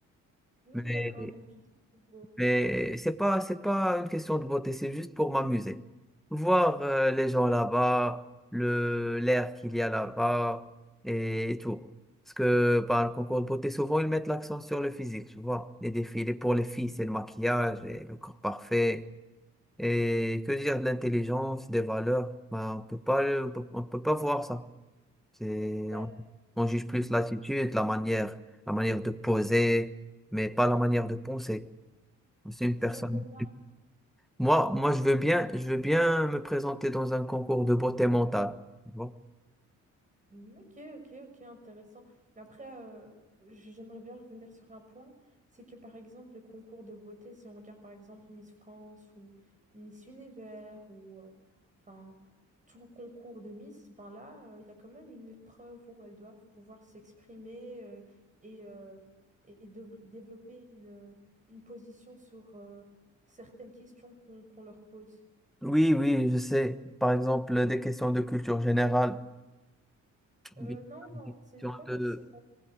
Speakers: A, on the right; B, in the centre.
A: Hmm,
B: Mais,
A: d'accord, donc tu te trouves beau.
B: mais c'est pas, c'est pas une question de beauté, c'est juste pour m'amuser. Voir euh, les gens là-bas, le, l'air qu'il y a là-bas et, et tout. Parce que par le concours de beauté, souvent ils mettent l'accent sur le physique, tu vois. Les défilés pour les filles, c'est le maquillage et le corps parfait. Et que dire de l'intelligence, des valeurs, ben, on peut pas, le- on peut on peut pas voir ça. C'est,
A: Bah,
B: on, on juge
A: si,
B: plus
A: si
B: l'attitude,
A: on,
B: la manière, la manière de poser, mais pas la manière de penser. C'est une
A: si
B: personne.
A: on regarde
B: Moi, moi, je veux bien, je veux bien me présenter dans un concours de beauté mentale. tu vois.
A: Ok, ok, ok, intéressant. Mais après, euh, j- j'aimerais bien revenir sur un point, c'est que par exemple, les concours de beauté, si on regarde par exemple Miss France ou Miss Univers ou euh, enfin tout concours de Miss, ben là, euh, il y a quand même une épreuve où elles doivent pouvoir s'exprimer euh, et, euh, et dev- développer une, euh, une position sur euh, certaines questions qu'on qu'on leur pose.
B: Oui, oui, je sais. Par exemple, des questions de culture générale.
A: Euh,
B: Oui,
A: non, non,
B: des questions
A: c'est pas
B: de...
A: forcément.